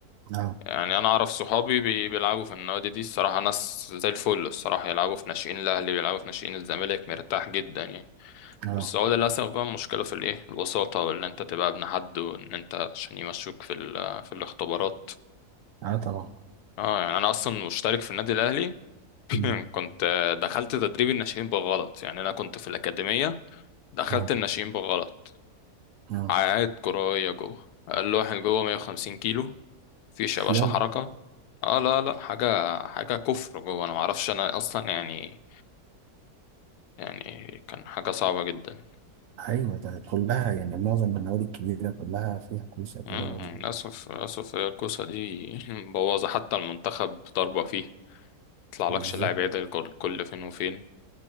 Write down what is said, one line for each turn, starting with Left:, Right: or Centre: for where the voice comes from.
Right: آه
Left: يعني انا اعرف صحابي بي- بيلعبوا في النوادي دي الصراحه ناس زي الفل الصراحه يلعبوا في ناشئين الاهلي بيلعبوا في ناشئين الزمالك مرتاح جدا يعني بس
Right: آه
Left: هو للاسف بقى المشكله في الايه الوساطه وان انت تبقى ابن حد وان انت عشان يمشوك في ال- في الاختبارات
Right: آه طبعا
Left: اه يعني انا اصلا مشترك في النادي الاهلي <laughs>
Right: مم.
Left: <clears throat> كنت دخلت تدريب الناشئين بالغلط يعني انا كنت في الاكاديميه دخلت
Right: آه
Left: الناشئين بالغلط
Right: آه
Left: عقاد كروية جوه أقل واحد جوه 150 كيلو مفيش يا باشا
Right: يلا
Left: حركة اه لا لا حاجة حاجة كفر جوه أنا معرفش أنا أصلا يعني يعني كان حاجة صعبة جدا
Right: أيوة ده كلها يعني معظم النوادي الكبيرة كلها فيها كوسة كده
Left: مم،
Right: و-
Left: للأسف للأسف هي الكوسة دي <laughs> مبوظة حتى المنتخب ضربة فيه يطلع
Right: بالظبط
Left: لكش لاعب يعدل كل كل فين وفين